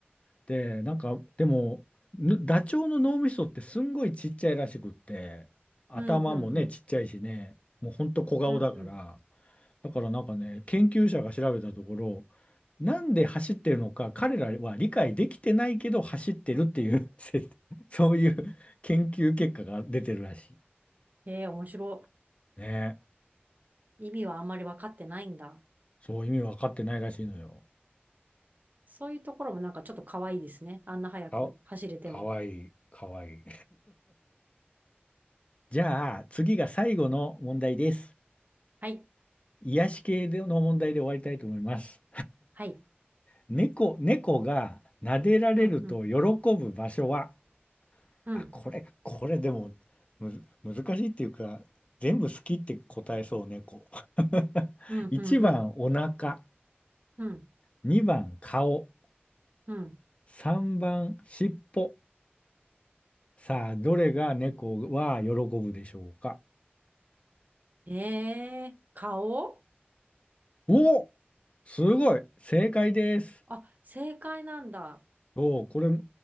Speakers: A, on the left; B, on the right.
A: で、なんか、でも、ぬダチョウの脳みそってすんごいちっちゃいらしくって、頭もね、
B: うん、うん、うん、
A: ちっちゃいしね、もうほんと小顔だから、
B: うん。うん
A: だからなんかね、研究者が調べたところ、なんで走ってるのか、彼らは理解できてないけど走ってるっていう <laughs> せそういう研究結果が出てるらし
B: えー、面白
A: い。ね。
B: い。意味はあんまり分かってないんだ。
A: そう意味分かってないらしいのよ。
B: そういうところもなんかちょっと可愛いですね。あんな早く走れても。
A: か、かわいい、かわいい。じゃあ、次が最後の問題です。
B: はい、
A: 癒し系での問題で終わりたいと思います。
B: はい。
A: 猫、猫が撫でられると喜ぶ場所は、
B: うん、うん、うん、
A: あ、これ、これでもむず、難しいっていうか、全部好きって答えそう、猫。<laughs>
B: うん、
A: 1番、
B: うん、うん、
A: お腹。
B: うん。
A: 2番、顔。
B: うん
A: 3番、尻尾。さあ、どれが猫は喜ぶでしょうか。
B: えー、顔
A: おお、すごい、正解です。
B: あ、正解なんだ。
A: おお、これ、